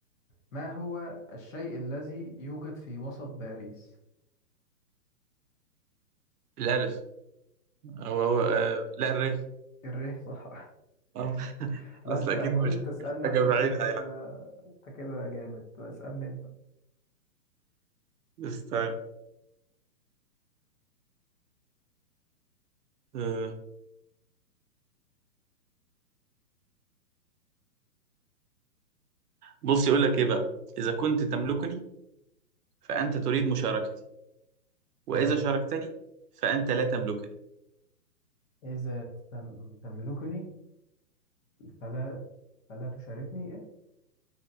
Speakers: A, on the left (about 55°); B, on the right (about 70°).
A: ما هو الشيء الذي يوجد في وسط باريس
B: الألف أو هو آه لا الر
A: الريح صح
B: آه. <laughs>
A: <laughs> لا
B: أصل
A: انت
B: أكيد
A: بقول
B: مش
A: انت
B: مش
A: اسألني
B: حاجة
A: عشان
B: بعينها
A: انت كده
B: يعني
A: انت كده جامد اسألني انت
B: استنى آه بص يقول لك إيه بقى إذا كنت تملكني فأنت تريد مشاركتي وإذا
A: تمام
B: شاركتني فأنت لا تملكني
A: إذا تم- تملكني فلا فلا تشاركني إيه